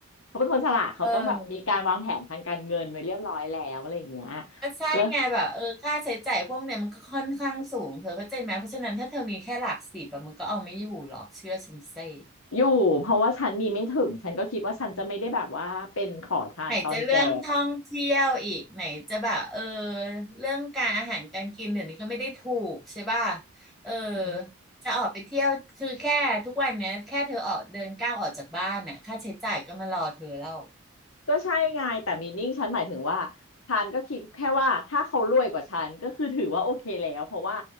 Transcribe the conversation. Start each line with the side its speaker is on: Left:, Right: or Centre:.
Left: เขาเป็นคนฉลาดเขาต้องแบบมีการวางแผนทางการเงินไว้เรียบร้อยแล้วอะไรอย่างเงี้ย
Centre: เออ ก็ใช่ไงแบบเออค่าใช้จ่ายพวกเนี้ยมันก็ค่อนข้างสูงเธอเข้าใจไหมเพราะฉะนั้นถ้าเธอมีแค่หลักสิบแบบมันก็เอาไม่อยู่หรอกเชื่อฉันสิ
Left: แล้วอยู่เพราะว่าฉันมีไม่ถึงฉันก็คิดว่าฉันจะไม่ได้แบบว่าเป็นขอทานตอนแก่
Centre: ไหนจะเรื่องท่องเที่ยวอีกไหนจะแบบเออเรื่องการอาหารการกินเดี๋ยวนี้ก็ไม่ได้ถูกใช่ป่ะเออ
Left: อืม
Centre: จะออกไปเที่ยวคือแค่ทุกวันเนี้ยแค่เธอออกเดินก้าวออกจากบ้านน่ะค่าใช้จ่ายก็มารอเธอแล้ว
Left: ก็ใช่ไงแต่มีนิ่งฉันหมายถึงว่าฉันก็คิดแค่ว่าถ้าเขารวยกว่าฉันก็คือถือว่าโอเคแล้วเพราะว่า